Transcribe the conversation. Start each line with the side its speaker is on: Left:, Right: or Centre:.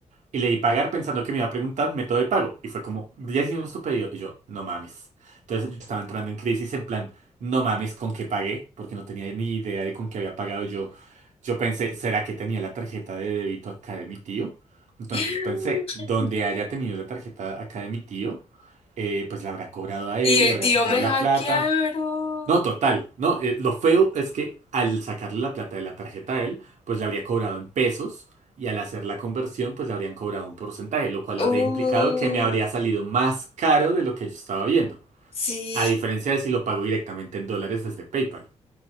Right: Y le di pagar pensando que me iba a preguntar método de pago. Y fue como, ya hicimos tu pedido. Y yo, no mames. Entonces yo estaba entrando en crisis en plan, no mames con qué pagué, porque no tenía ni idea de con qué había pagado yo. Yo pensé, ¿será que tenía la tarjeta de débito acá de mi tío? Entonces
Left: <gasps>
Right: pensé, donde haya tenido la tarjeta acá de mi tío, eh, pues la habrá cobrado a él,
Left: Y el
Right: le habrá
Left: tío
Right: sacado
Left: me
Right: la
Left: hackearon.
Right: plata. No, total. No, eh, lo feo es que al sacarle la plata de la tarjeta a él, pues le habría cobrado en pesos y al hacer la conversión, pues le habrían cobrado un porcentaje, lo cual
Left: Uh,
Right: habría implicado que me habría salido más caro de lo que yo estaba viendo.
Left: sí,
Right: A diferencia de si lo pago directamente en dólares desde PayPal,